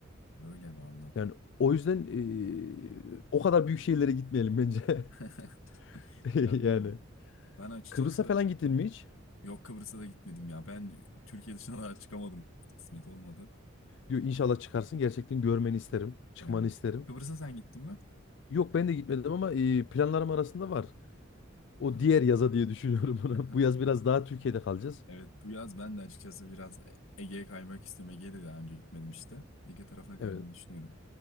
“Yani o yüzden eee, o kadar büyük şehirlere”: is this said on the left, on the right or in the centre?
Left